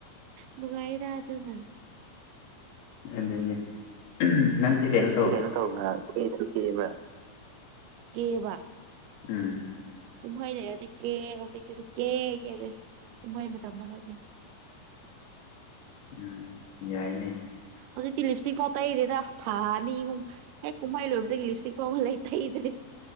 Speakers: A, on the right; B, on the left.
A: ꯅꯨꯡꯉꯥꯏꯌ‌ꯦꯗ ꯑꯗꯨꯅ
B: ꯑꯗꯨꯅꯤ ꯅꯪꯖꯦ ꯀꯩꯅꯣ
A: ꯁꯤ ꯀꯩꯅꯣ ꯇꯧꯕꯅ ꯀꯦꯁꯨ ꯀꯦꯕ꯭ꯔꯥ ꯀꯦꯕꯥ
B: ꯎꯝ
A: ꯀꯨꯝꯍꯩ ꯂꯩꯔꯗꯤ ꯀꯦ ꯍꯧꯖꯤꯛꯇꯤ ꯁꯨꯀꯦ ꯀꯦꯗꯦ ꯀꯨꯝꯍꯩ ꯃꯇꯝꯗ ꯈꯛꯅꯤ
B: ꯎꯝ ꯌꯥꯏꯅꯦ
A: ꯍꯧꯖꯤꯛꯇꯤ ꯂꯤꯞꯁꯇꯤꯛ ꯐꯥꯎ ꯇꯩꯗꯦꯗꯥ ꯊꯥ ꯑꯅꯤ ꯍꯨꯝ ꯍꯦꯛ ꯀꯨꯝꯍꯩ ꯂꯣꯏꯕꯗꯒꯤ ꯂꯤꯞꯁꯇꯤꯛ ꯐꯥꯎ ꯂꯩ ꯇꯩꯗ꯭ꯔꯦ